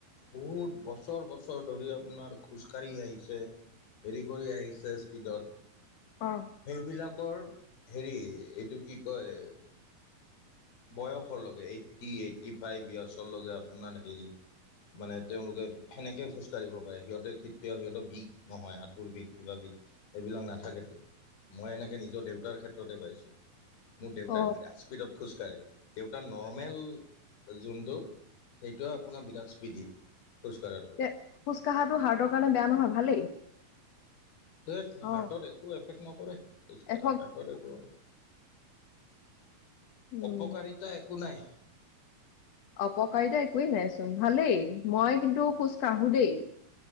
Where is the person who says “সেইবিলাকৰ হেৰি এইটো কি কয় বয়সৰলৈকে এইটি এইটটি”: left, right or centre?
Left